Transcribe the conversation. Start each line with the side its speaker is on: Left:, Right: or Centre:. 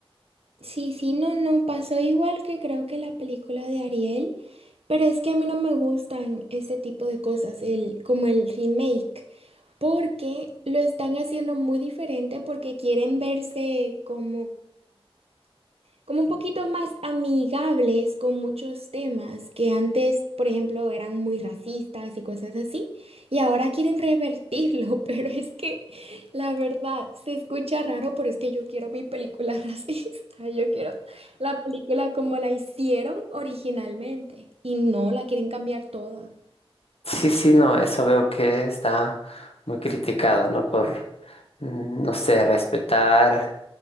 Right: Sí, sí, no, no, pasó igual que creo que la película de Ariel, pero es que a mí no me gustan este tipo de cosas, el, como el remake, porque lo están haciendo muy diferente porque quieren verse como como un poquito más amigables con muchos temas que antes, por ejemplo, eran muy racistas y cosas así, y ahora quieren revertirlo, <laughs> pero es que la verdad se escucha raro, pero es que yo quiero mi película <laughs> racista, yo quiero la película como la hicieron originalmente y no la quieren cambiar toda.
Left: Sí, sí, no, eso veo que está muy criticado, ¿no? Por, mm, no sé, respetar.